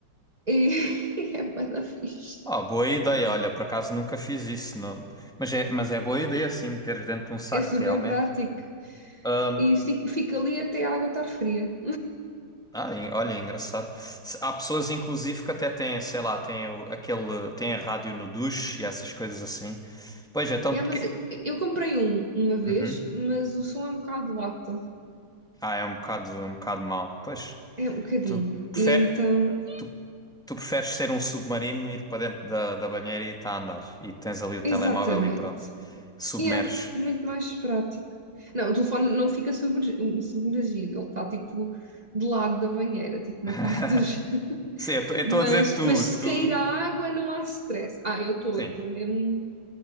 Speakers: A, on the right (about 20°); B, in the centre.
A: e <laughs> e é bué da fixe.
B: Oh, boa ideia. Olha, por acaso nunca fiz isso. Não... Mas é, mas é boa ideia, assim, meteres dentro de um saco
A: É super
B: realmente.
A: prático.
B: Ahm,
A: E fi- fica ali até a água estar fria.
B: ah, en- olha, engraçado. Se- Há pessoas, inclusive, que até têm, sei lá, têm o- aquele, têm a rádio no duche e essas coisas assim. Pois, então...
A: Yeah,
B: Que...
A: mas eu comprei um uma vez,
B: Uhum.
A: mas o som é um bocado lata.
B: Ah, é um bocado, um bocado mau. Pois,
A: É um bocadinho.
B: tu, prefe-
A: E então,
B: tu, tu preferes ser um submarino, ir para dentro da, da banheira e está a andar. E tens ali o
A: exatamente.
B: telemóvel e pronto, submerges.
A: E é muito mais prático. Não, o telefone não fica submer- submergido, ele está tipo do lado da banheira, tipo na parte
B: <laughs>
A: dos,
B: Sim, eu estou
A: Mas,
B: a dizer tu,
A: mas se
B: tu.
A: cair a água não há stress. Ah, eu estou,
B: Sim.
A: eu estou mesmo.